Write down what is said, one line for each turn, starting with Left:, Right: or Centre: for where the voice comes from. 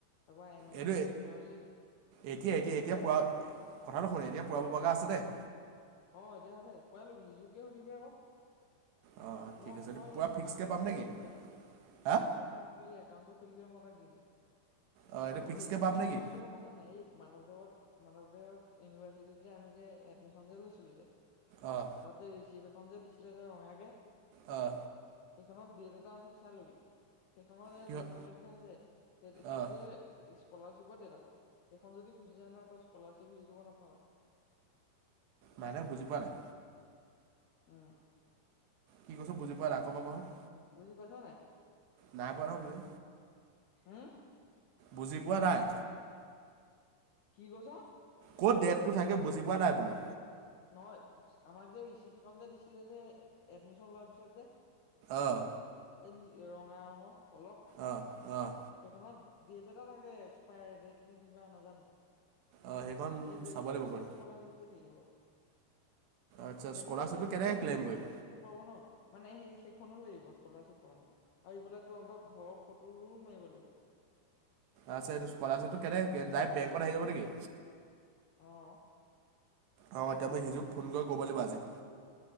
Left: তাৰ পৰা এন এছ
Right: এইটো
Left: পি স্কলাৰশিপ সেইটো
Right: এতিয়া এতিয়া
Left: চবে
Right: এতিয়া
Left: পোৱাই
Right: পুৰা
Left: বাও।
Right: কথাটো শুন এতিয়া পূৰাব পৰাকে আছে নাই?
Left: অ এতিয়া আছে কোৱাই লবি সিজোকে সুধিবি আক।
Right: অঁ
Left: মই
Right: ঠিক আছে
Left: মই
Right: এইটো পূৰা
Left: সেই
Right: ফিক্সকৈ
Left: পান কাৰ্ড
Right: পাম
Left: খুলিব
Right: নেকি
Left: দিছো এটাক
Right: হা
Left: পান কাৰ্ডখন খুলি একাউণ্টটো খুলিলে মই তাক দি দিম।
Right: অঁ এইটো
Left: আৰু
Right: ফিক্সকৈ
Left: ডেটটো
Right: পাম
Left: কিমান
Right: নেকি
Left: লকে গম পাই চা নাই। এই- মাধৱদেৱত। মাধৱদেৱৰ ইউনিভাৰ্চিটিত যে আমি যে এডমিশচন যে লৈছিলো যে।
Right: অঁ
Left: তাত যে ঋচিভ। এখন যে দিছিলে যে ৰঙাকে?
Right: অহ।
Left: এইখনত দেট এটা আছে চাই লবি। সেইখনৰ
Right: কিহত
Left: যিমান লকে আছে, সেই সেইটোয়ে
Right: অঁ
Left: স্কলাৰশিপৰ দেত আক হেখন যদি গুচি যায় নহয় তয় স্কলাৰশ্বিপ হেৰী কৰিব নাপাওঁ।
Right: মানে বুজি পোৱা নাই।
Left: অহ।
Right: কি কৈছো বুজি পোৱা নাই আকৌ এবাৰ কঃসুন।
Left: বুজি পাইছ নাই?
Right: নাই পোৱা নহয় বুজি।
Left: হু?
Right: বুজি পোৱা নাই।
Left: কি কৈছ?
Right: ক'ত ডেটটো থাকে বুজি পোৱা নাই বোলো।
Left: নহয় আমাক যে ৰিচিপ যে দিছিলে যে এডমিচন লোৱাৰ পিছত যে?
Right: অহ।
Left: এনি ৰঙা ৰঙৰ। অলপ,
Right: অঁ অঁ
Left: সেইখনত ডেট এটা থাকে এক্সপায়াৰ ডেট নে কিবা নাজানো।
Right: অঁ সেইখন
Left: সেই দেট
Right: চাব
Left: টো
Right: লাগিব
Left: লকে
Right: গৈ
Left: স্কলাৰশ্বিপ থাকিব।
Right: আচ্ছা
Left: সেইটো
Right: স্কলাৰশ্বিপটো
Left: দেট যদি গুচি
Right: কেনেকৈ
Left: যায় নহয়
Right: ক্লেইম
Left: ত স্কলাৰশ্বিপটো
Right: কৰিম
Left: পোৱাব ন। মানে সেই সেইখনো লাগিব স্কলাৰশ্বিপ পোৱা কাৰনে, আৰু ইফালে তহঁতক ঘৰৰ ফটোও মাৰিব লাগিব।
Right: আচ্ছা এটো স্কলাৰশ্বিপ টো কেনেকে ক্লেইম ডাইৰেক্ট বেংকত আহি যাব নেকি?
Left: অহ।
Right: অহ এতিয়া মই হিজো ফোন কৰী ক'ব লাগিব আজি।